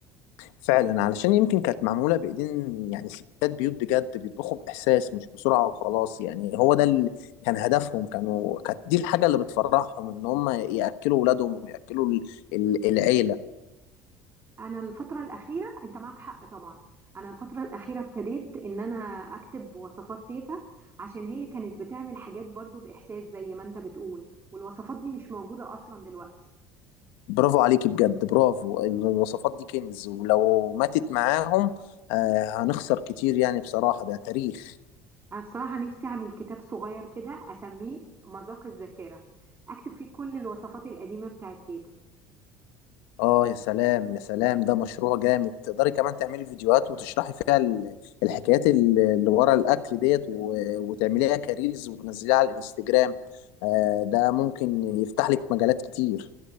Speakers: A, on the left; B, on the right.
A: فعلا علشان يمكن كانت معمولة بايدين يعني ستات بيوت بجد بيطبخوا باحساس مش بسرعة وخلاص يعني هو ده اللي كان هدفهم كانوا كانت دي الحاجة اللي بتفرحهم ان هم ياكلوا اولادهم وياكلوا ال- ال- العيلة
B: انا الفتره الاخيره انت معك حق طبعا انا الفتره الاخيره ابتديت ان انا اكتب وصفات تيتا عشان هي كانت بتعمل حاجات برضو باحساس زي ما انت بتقول والوصفات دي مش موجوده اصلا دلوقتي
A: برافو عليك بجد برافو الوصفات دي كنز ولو ماتت معاهم آه هنخسر كتير يعني بصراحة ده تاريخ
B: انا بصراحه نفسي اعمل كتاب صغير كده اسميه مذاق الذاكره اكتب فيه كل الوصفات القديمه بتاعت تيتا
A: اه يا سلام يا سلام ده مشروع جامد تقدري كمان تعملي فيديوهات وتشرحي فيها ال- الحكايات ال- اللي ورا الاكل ديت و- وتعمليها كريلز وتنزليها على الانستجرام آه ده ممكن يفتح لك مجالات كتير